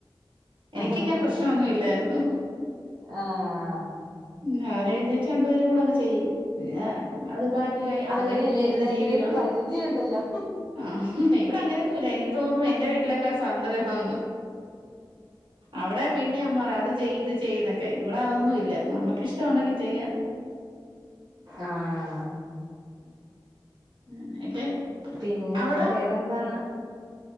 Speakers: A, on the right (about 55°); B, on the right (about 75°).
A: ആഹ്
B: എനിക്കിങ്ങനെ പ്രശ്നമൊന്നും ഇല്ലായിരുന്നു രാവിലെ എഴുന്നേറ്റ് രണ്ടുപേരും കൂടെ അങ്ങ് ചെയ്യും പിന്ന അത് ബാക്കി അത്
A: അങ്ങനെയല്ല
B: കഴിഞ്ഞ് പിന്നെ ഇരുന്ന്
A: എല്ലാത്തിനും
B: ടി വി
A: ഒരു
B: കാണും
A: പരിധിയുണ്ടല്ലോ
B: ആഹ് ഇവിടെ അങ്ങനെയൊന്നുമില്ല എനിക്ക് തോന്നുന്നു എന്റെ വീട്ടിലേക്ക സ്വാന്തദ്രിയം ആണെന്ന അവിടെ പിന്നെ അമ്മ പറ അത് ചെയ്ത് ചെയ്യുന്നൊക്കെ ഇവിടെ അതൊന്നും ഇല്ല നമുക്ക്ഷ്ടമുണ്ടെങ്കിൽ ചെയ്യാൻ
A: ആഹ
B: അങ്ങനെയൊക്കെ
A: പിന്നെ
B: അവിടോ
A: വേറെന്താണ്